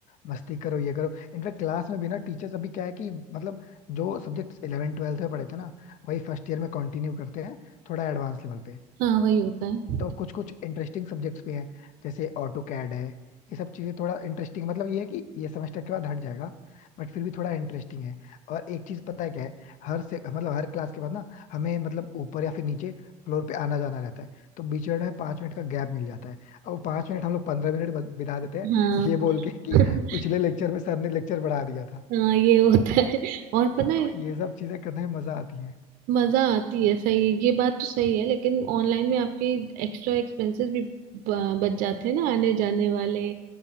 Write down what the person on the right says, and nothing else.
हाँ वही होता है
हाँ
<laughs>
हाँ ये होता है और पता है
मजा आती है सही है ये बात तो सही है लेकिन ऑनलाइन में आपके एक्स्ट्रा एक्सपेंसेस भी ब- बच जाते हैं ना आने जाने वाले